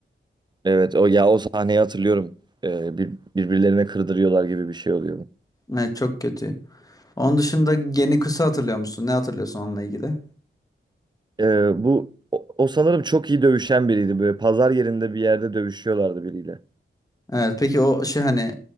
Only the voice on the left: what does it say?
Evet çok kötü. Onun dışında Geniku'su hatırlıyor musun? Ne hatırlıyorsun onunla ilgili?
Evet peki o şey hani